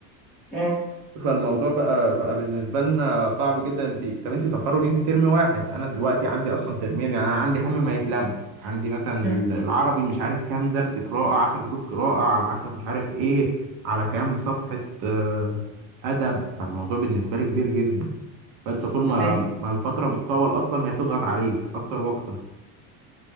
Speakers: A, in the centre; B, on the right.
A: اه
B: فالموضوع بقى بقى بالنسبه لنا صعب جدا انت طب انت تخرج انت ترم واحد انا دلوقتي عندي اصلا ترمين يعني انا عندي هم ما يتلم عندي مثلا
A: أمم.
B: العربي مش عارف كام درس قراءه 10 دروس قراءه على 10 مش عارف ايه على كام صفحه آه، ادب فالموضوع بالنسبه لي كبير جدا فانت طول ما
A: ايوه
B: ما الفتره بتطول اصلا هي بتضغط عليك اكتر واكتر